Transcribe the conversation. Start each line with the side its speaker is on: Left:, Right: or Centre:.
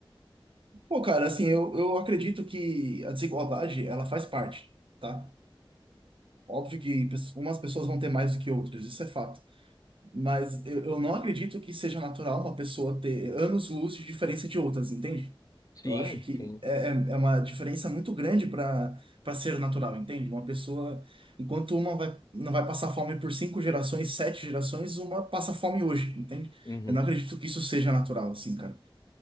Right: Pô, cara, assim, eu, eu acredito que a desigualdade, ela faz parte, tá? Óbvio que pes- umas pessoas vão ter mais do que outras, isso é fato. Mas eu, eu não acredito que seja natural uma pessoa ter anos-luz de diferença de outras, entende?
Left: Sim,
Right: Eu acho que
Left: sim.
Right: é, é é uma diferença muito grande para para ser natural, entende? Uma pessoa, enquanto uma vai, não vai passar fome por cinco gerações, sete gerações, uma passa fome hoje, entende?
Left: Uhum.
Right: Eu não acredito que isso seja natural, assim, cara.